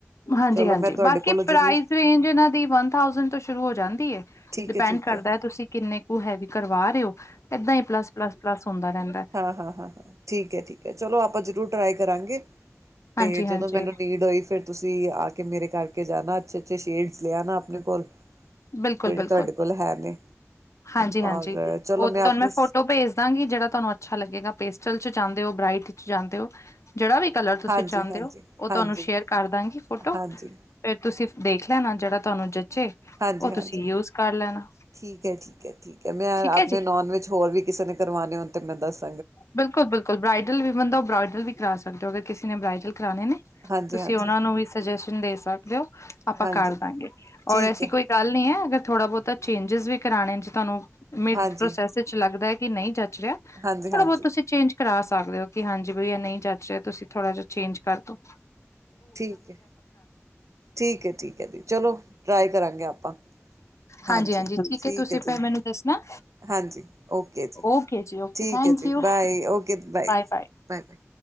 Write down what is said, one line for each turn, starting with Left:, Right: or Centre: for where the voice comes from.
Left: ਹਾਂਜੀ-ਹਾਂਜੀ
Right: ਚਲੋ ਮੈਂ ਤੁਹਾਡੇ
Left: ਬਾਕੀ
Right: ਕੋਲੋਂ ਜ਼ਰੂਰ
Left: ਪ੍ਰਾਈਜ਼ ਰੇਂਜ ਇਹਨਾਂ ਦੀ ਵਨ ਥਾਸੈਂਡ ਤੋਂ ਸ਼ੁਰੂ ਹੋ ਜਾਂਦੀ ਹੈ।
Right: ਠੀਕ
Left: ਡਿਪੈਂਡ
Right: ਹੈ ਠੀਕ
Left: ਕਰਦਾ
Right: ਹੈ
Left: ਤੁਸੀਂ ਕਿੰਨੇ ਕੁ ਹੈਵੀ ਕਰਵਾ ਰਹੇ ਹੋ। ਏਦਾਂ ਹੀ ਪਲੱਸ-ਪਲੱਸ-ਪਲੱਸ ਹੁੰਦਾ ਰਹਿੰਦਾ।
Right: ਹਾਂ-ਹਾਂ- ਹਾਂ ਠੀਕ ਹੈ- ਠੀਕ ਹੈ, ਚਲੋ। ਆਪਾਂ ਜ਼ਰੂਰ ਟਰਾਈ ਕਰਾਂਗੇ। ਤੇ
Left: ਹਾਂਜੀ
Right: ਜਦੋਂ
Left: ਹਾਂਜੀ
Right: ਮੈਨੂੰ ਨੀਂਡ ਹੋਈ ਫਿਰ ਤੁਸੀਂ ਆ ਕੇ ਮੇਰੇ ਕਰਕੇ ਜਾਣਾ, ਅੱਛੇ -ਅੱਛੇ ਸ਼ੇਡ ਲੈ ਆਣਾ ਆਪਣੇ ਕੋਲ।
Left: ਬਿਲਕੁ-
Right: ਜਿਹੜੇ
Left: ਬਿਲਕੁਲ
Right: ਤੁਹਾਡੇ ਕੋਲ ਹੈ ਨੇ
Left: ਹਾਂਜੀ-ਹਾਂਜੀ
Right: ਔਰ ਚਲੋ
Left: ਉਹ ਤੁਹਾਨੂੰ
Right: ਆਪਣੀ
Left: ਮੈਂ ਫੋਟੋ ਭੇਜ ਭੇਜਦਾਂਗੀ, ਕਿ ਜਿਹੜਾ ਤੁਹਾਨੂੰ ਅੱਛਾ ਲੱਗੇਗਾ, ਪੇਸਟਲ 'ਚ ਜਾਂਦੇ ਹੋ, ਬ੍ਰਾਈਟ ਚ ਜਾਂਦੇ ਹੋ। ਜਿਹੜਾ ਵੀ ਕਲਰ ਤੁਸੀਂ
Right: ਹਾਂਜੀ
Left: ਚਾਹੁੰਦੇ
Right: ਹਾਂਜੀ
Left: ਹੋ, ਉਹ
Right: ਹਾਂਜੀ
Left: ਤੁਹਾਨੂੰ ਸ਼ੇਅਰ
Right: ਹਾਂਜੀ
Left: ਕਰ ਦਾਂਗੀ ਫੋਟੋ।
Right: ਹਾਂਜੀ
Left: ਫਿਰ ਤੁਸੀਂ ਦੇਖ ਲੈਣਾ, ਜਿਹੜਾ ਤੁਹਾਨੂੰ ਜਚੇ।
Right: ਹਾਂਜੀ-
Left: ਉਹ
Right: ਹਾਂਜੀ।
Left: ਤੁਸੀਂ ਯੂਜ ਕਰ ਲੈਣਾ
Right: ਠੀਕ ਹੈ-ਠੀਕ ਹੈ- ਠੀਕ ਹੈ, ਮੈਂ
Left: ਠੀਕ
Right: ਆਪਣੇ
Left: ਹੈ ਜੀ।
Right: ਨੋਨ ਵਿੱਚ ਹੋਰ ਵੀ ਕਿਸੇ ਨੇ ਕਰਵਾਉਣੇ, ਹੋਣ 'ਤੇ ਮੈਂ ਦੱਸ
Left: ਬਿਲਕੁਲ-ਬਿਲਕੁਲ ਬ੍ਰਈਡਲ ਵੀ ਬੰਦਾ, ਉਹ ਬ੍ਰਈਡਲ ਵੀ ਕਰਾ ਸਕਦੇ ਹੋ, ਅਗਰ ਕਿਸੇ ਨੇ ਬ੍ਰਈਡਲ ਕਰਾਉਣੇ ਨੇ।
Right: ਹਾਂਜੀ
Left: ਤੁਸੀਂ
Right: ਹਾਂਜੀ
Left: ਉਹਨਾਂ ਨੂੰ ਵੀ ਸੁਜੈਸ਼ਨ ਦੇ ਸਕਦੇ ਹੋ, ਆਪਾਂ
Right: ਹਾਂਜੀ
Left: ਕਰ ਦਾਂਗੇ,
Right: ਠੀਕ
Left: ਔਰ ਐਸੀਂ
Right: ਹੈ
Left: ਕੋਈ ਗੱਲ ਨੀ ਹੈ, ਅਗਰ ਥੋੜਾ ਬਹੁਤਾ ਚੇਂਜਿਸ ਵੀ ਕਰਾਣੇ 'ਚ ਤੁਹਾਨੂੰ ਮ
Right: ਹਾਂਜੀ
Left: ਪ੍ਰੋਸੈਸ ਵਿਚ ਲੱਗਦਾ ਹੈ ਕਿ ਨਹੀਂ ਜਚ ਰਿਹਾ,
Right: ਹਾਂਜੀ
Left: ਥੋੜਾ
Right: ਹਾਂਜੀ
Left: ਬਹੁਤ ਤੁਸੀਂ ਚੇਂਜ ਕਰਾ ਸਕਦੇ ਹੋ, ਕਿ ਹਾਂਜੀ ਬਈਆ ਨਹੀਂ ਜਚ ਰਿਹਾ ਤੁਸੀਂ ਥੋੜਾ ਜਿਹਾ ਚੇਂਜ ਕਰਦੋ।
Right: ਠੀਕ ਹੈ -ਠੀਕ ਹੈ- ਠੀਕ ਹੈ ਜੀ, ਚਲੋ ਟਰਾਈ ਕਰਾਂਗੇ ਆਪਾਂ।
Left: ਹਾਂਜੀ-ਹਾਂਜੀ
Right: ਹਾਂਜੀ ਠੀਕ
Left: ਤੁਸੀਂ
Right: ਹੈ ਜੀ,
Left: ਫਿਰ ਮੈਨੂੰ ਦੱਸਣਾ
Right: ਹਾਂਜੀ ਓਕੇ ਜੀ
Left: ਓਕੇ ਜੀ ਓਕੇ
Right: ਠੀਕ।
Left: ਥੈਂਕ
Right: ਉਕੇ ਜੀ
Left: you
Right: bye, okay bye
Left: bye bye.
Right: -Bye- bye.